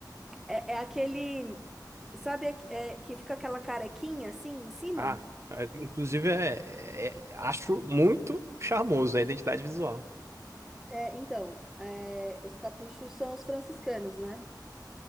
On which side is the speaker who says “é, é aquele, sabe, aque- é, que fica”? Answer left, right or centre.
Centre